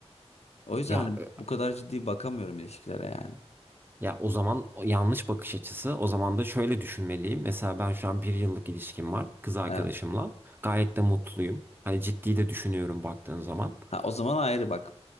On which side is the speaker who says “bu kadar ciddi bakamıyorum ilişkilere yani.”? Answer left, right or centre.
Left